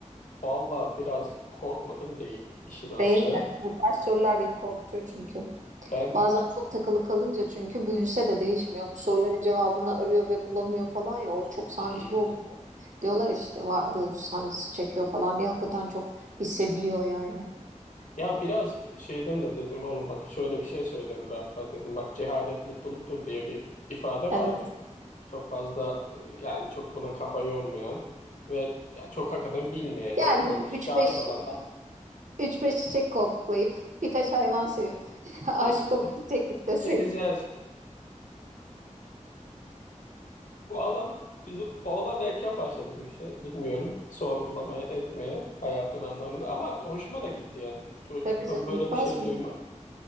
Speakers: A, on the left; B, on the right.
A: valla biraz korkmadım değil işin aslı.
B: Değil mi? Bu tarz sorular beni korkutuyor çünkü.
A: Ben
B: Bazen çok takılı kalınca çünkü büyüse de değişmiyor. Bu soruların cevabını arıyor ve bulamıyor falan ya o çok sancılı
A: hmm,
B: oluyor. Diyorlar işte varoluş sancısı çekiyor falan diye hakikaten çok hissediliyor yani.
A: ya biraz şeyden de dedim oğlum bak şöyle bir şey söylenir hatta dedim. Bak cehalet mutluluktur diye bir ifade
B: Evet.
A: vardır. Çok fazla e, yani çok buna kafa yormayan ve ya çok hakikaten bilmeyen,
B: Geldik
A: okumamış,
B: 3-5
A: cahil olan da
B: 3-5 çiçek koklayıp birkaç hayvan sevip <laughs> aşık
A: "E işte
B: olup gidecektik deseydim.
A: gideceğiz. Bu alan bizim oğlan erken başladı bu işe. Bilmiyorum sorgulamaya, etmeye hayatın anlamını ama hoşuma da gitti yani. Çocuktan
B: Tabii canım
A: böyle
B: gitmez
A: bir şey
B: mi?
A: duymak.